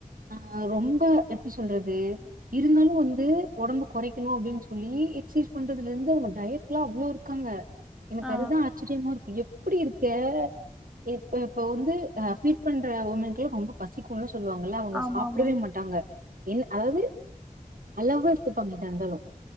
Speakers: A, on the right; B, in the centre.
A: ஆ ரொம்ப எப்டி சொல்றது இருந்தாலு வந்து உடம்பு கொறைக்கணு அப்டின் சொல்லி எக்ஸசைஸ் பண்றதுல இருந்து அவுங்க டயட் கியா அவ்ளோ இருக்காங்க எனக்கு
B: ஆ
A: அதுதா ஆச்சரியமா இருக்கு எப் ப்டி இருக்க இ இப்ப வந்து ஃபீட் பண்ற உமன்கெல்லா ரொம்ப பசிக்குல சொல்லுவாங்க எல்லாம் அவங்க
B: ஆமா
A: சாப்டவே
B: ஆமா
A: மாட்டாங்க என் அதாவது அளவா எடுத்துப்பாங்க எதாயிருந்தாலு